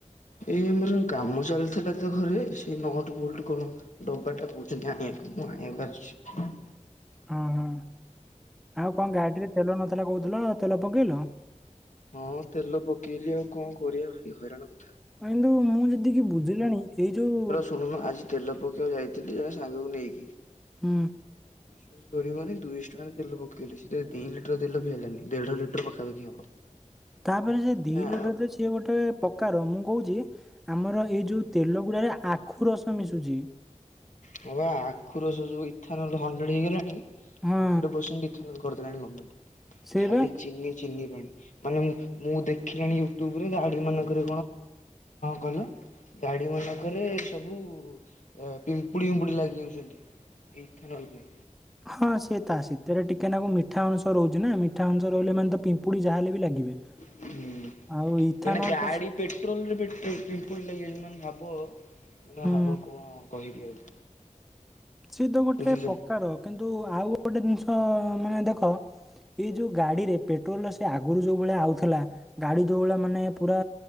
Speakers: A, on the left (about 75°); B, in the centre.
A: ଏଇ ଆମର କାମ ଚାଲିଥିଲା ତ ଘରେ ସେଇ ନଟ ବୋଲ୍ଟ କଣ ଢବାଟା କହୁଚନ୍ତି ଆଣିବାକୁ ମୁଁ ଆଣିବାକୁ ଆସିଛି।
B: ଓ ହଁ ଆଉ କଣ ଗାଡ଼ିରେ ତେଲ ନଥିଲା କହୁଥିଲ ତେଲ ପକେଇଲ।
A: ହଁ ତେଲ ପକେଇଲି ଆଉ କଣ କରିବା ଭାରି ହଇରାଣ କଥା।
B: ହଁ ଇନ୍ଦୁ ମୁଁ ଜେତିକି ବୁଝିଲିଣି ଏଇ ଯୋଉ
A: ଶୁଣୁନ ଆଜି ତେଲ ପକାଇବାକୁ ଯାଇଥିଲି ଜଣେ ସାଙ୍ଗକୁ ନେଇକି
B: ହୁଁ।
A: <inaudible> ଶ୍ କରିବନି ଦୁଇଶଟଙ୍କାରେ ତେଲ ପକେଇଲି ସେଥିରେ ଦୁଇ ଲିଟର ତେଲ ବି ହେଲାନି ଦେଢ଼ ଲିଟର ପାଖାପାଖି ହବ। <inaudible>
B: ତାପରେ ସେ ଦି
A: ନା
B: ଲିଟରରେ ତ ସିଏ ଗୋଟେ ପକାର ମୁଁ କହୁଛି ଆମର ଏଇ ଯୋଉ ତେଲ ଗୁରାଏ ଆଖୁ ରସ ମିଶୁଛି।
A: ହଁ ବା ଆଖୁ ରସ ଯୋଉ <unintelligible>
B: ହଁ
A: <unintelligible>
B: ସେଇ
A: ଖାଲି
B: ବା
A: ଚିନି ଚିନି ପାଣି ମାନେ ମୁଁ ମୁଁ ଦେଖିଲାଣି ୟୁଟ୍ୟୁବରେ ଗାଡ଼ି ମାନଙ୍କରେ କଣ? ଗାଡ଼ି ମାନଙ୍କରେ ସବୁ ଅ ପିମ୍ ପୁୁଡ଼ି ଉୁମ୍ପୁଡ଼ି ଲାଗିଯାଉଛନ୍ତି ଏଇ ଥୋନଲ୍ ପାଇଁ।
B: ହଁ ସିଏ ତା ସିତେରେ ଟିକେ ନାଗୁ ମିଠା ଅଂଶ ରହୁଛି ନା ମିଠା ଅଂଶ ରହିଲେ ମାନେ ତ ପିମ୍ପୁଡ଼ି ଯାହା ହେଲେ ବି ଲାଗିବେ।
A: ହୁଁ
B: ଆଉ ଇଥାନଲ
A: ମାନେ ଗାଆଡ଼ି
B: ତ ସେ-
A: ପେଟ୍ରୋଲରେ ପିଟ ପି ପିମ୍ପୁଡ଼ି ଲାଗିଯାଇଛନ୍ତି ମାନେ ଭାବ ମାନେ
B: ହୁଁ
A: ହାବ କଣ କହିବି ଆଉ?
B: ସିଏ ତ ଗୋଟେ
A: ବୁଝୁଛ।
B: ପ୍ରକାର କିନ୍ତୁ ଆଉ ଗୋଟେ ଜିନିଷ ମାନେ ଦେଖ ଏଇ ଯୋଉ ଗାଡ଼ିରେ ପେଟ୍ରୋଲ ସେ ଆଗୁରୁ ଯୋଉ ଭଳିଆ ଆଉଥିଲା ଗାଡ଼ି ଦୋଓଳା ମାନେ ପୁରା